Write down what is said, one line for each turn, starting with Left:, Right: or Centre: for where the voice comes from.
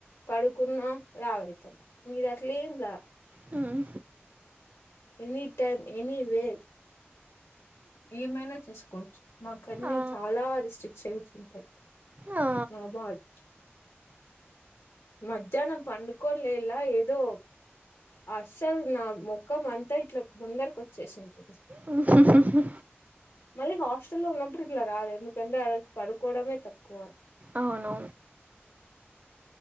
Left: పడుకున్న లావైతం మీది అట్లే ఏం ల
Right: హ్మ్
Left: ఎని టైమ్ ఎని వేర్ ఏమైనా చేసుకోవచ్చు మా కన్ని
Right: ఆ
Left: చాలా రిస్ట్రిక్షయన్స్ ఉంటాయి
Right: ఆ
Left: నోబట్ మధ్యానం పడుకోంలేల్లా ఏదో అస్సలు నా మొఖం అంతా ఇట్లా ముందరకి వచ్చేసుంటుం
Right: <inaudible>
Left: మళ్ళీ హాస్టల్ లో ఉన్నప్పుడు ఇట్లా రాదు ఎందుకంటే పడుకోవడమే తక్కువ
Right: అవును